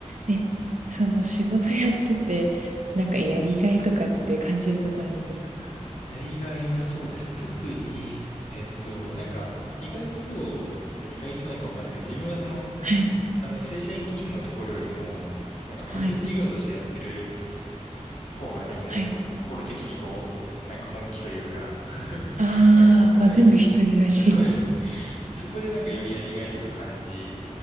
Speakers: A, on the right (about 80°); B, on the left (about 70°).
A: え、その仕事やってて、なんかやりがいとかって感じることあるんですか？
B: やりがいはそうですね。特に、えっと、なんか、意外と、あ意外となんかわかんないですけど、自分はその、
A: はい。
B: あの、正社員勤務のところよりも、なんか個人事業としてやってる
A: はいはい。
B: 方が、なんかもっと心的にこう、
A: はい。
B: なんか本気というか <laughs>
A: ああ、
B: なんかこう、
A: まあ、
B: なんですかね。
A: 全部一人だし、
B: えそうですね。
A: みたいな
B: そこでなんかよりやりがいとか感じ